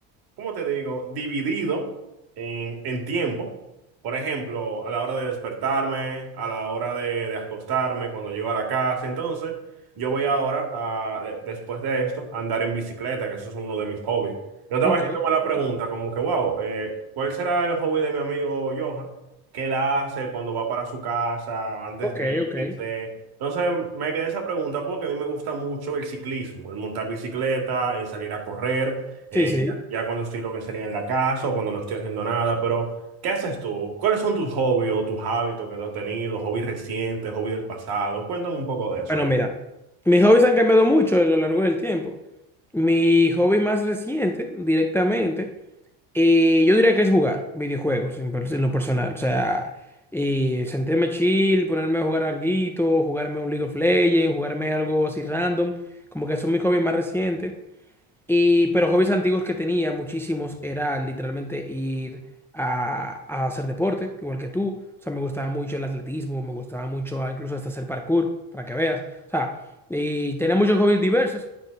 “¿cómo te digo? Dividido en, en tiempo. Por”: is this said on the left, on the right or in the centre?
Right